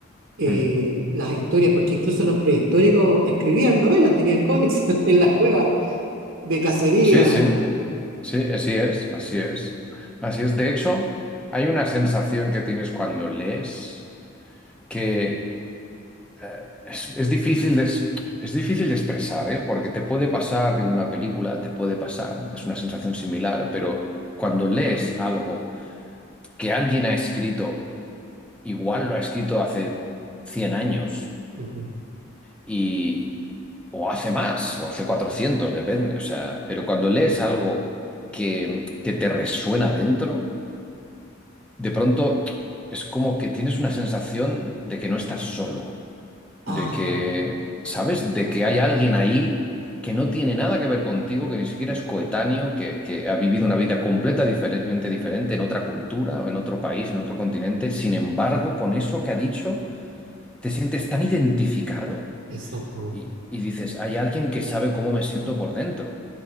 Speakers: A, on the right; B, in the centre.
A: eh,
B: Hmm.
A: las historias, porque incluso los prehistóricos escribían novelas, tenían cómics <laughs> en las cuevas de cacería.
B: Sí, sí. Sí, así es, así es. Así es. De hecho, hay una sensación que tienes cuando lees que eh, es, es difícil de, es es difícil de expresar, ¿eh? Porque te puede pasar viendo una película, te puede pasar, es una sensación similar, pero cuando lees algo que alguien ha escrito, igual lo ha escrito hace 100 años
A: Ujú.
B: y o hace más o hace cuatrocientos depende, o sea, pero cuando lees algo que, que te resuena dentro, de pronto es como que tienes una sensación de que no estás solo. de
A: Ajá,
B: que, ¿sabes? De que hay alguien ahí que no tiene nada que ver contigo, que ni siquiera es coetáneo, que, que ha vivido una vida completa diferentemente diferente en otra cultura, o en otro país, en otro continente. Sin embargo, con eso que ha dicho, te sientes tan identificado
A: exactamente.
B: y, y dices, hay alguien que sabe cómo me siento por dentro,